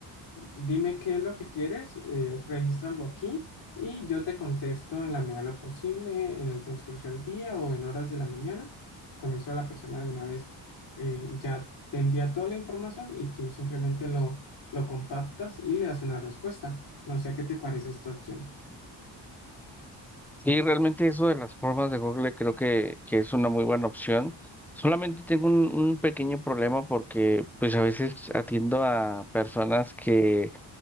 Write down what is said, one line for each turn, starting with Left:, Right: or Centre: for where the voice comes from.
Left: dime qué es lo que quieres, eh, regístralo aquí y yo te contesto en la medida de lo posible, en el transcurso del día o en horas de la mañana. Con eso la persona de una vez eh, ya te envía toda la información y tú simplemente lo, lo compactas y le das una respuesta. No sé qué te parece esta opción.
Centre: Sí, realmente eso de las formas de Google creo que, que es una muy buena opción. Solamente tengo un, un pequeño problema porque pues a veces atiendo a personas que